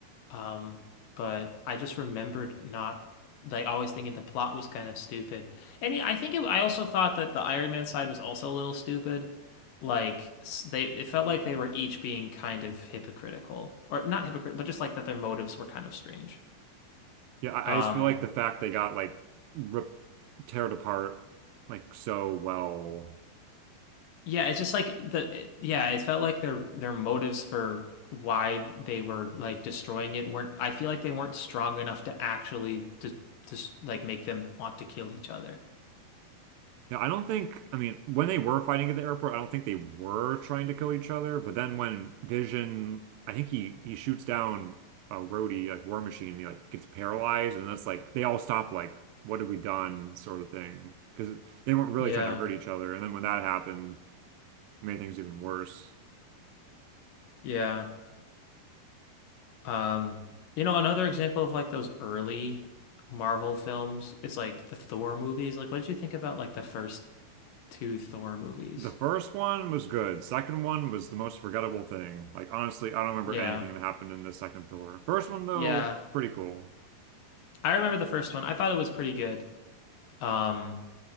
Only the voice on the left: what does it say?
Um, but I just remembered not like always thinking the plot was kind of stupid. And yeah, I think it, I also thought that the Iron Man side was also a little stupid. Like s- they it felt like they were each being kind of hypocritical or not hypocritical, but just like that their motives were kind of strange.
Um,
Yeah, it's just like the it- yeah, it felt like their their motives for why they were like destroying it weren't I feel like they weren't strong enough to actually just just like make them want to kill each other.
Yeah.
Yeah. Um you know another example of like those early Marvel films is like the Thor movies. Like what did you think about like the first two Thor movies?
Yeah.
Yeah.
I remember the first one. I thought it was pretty good. Um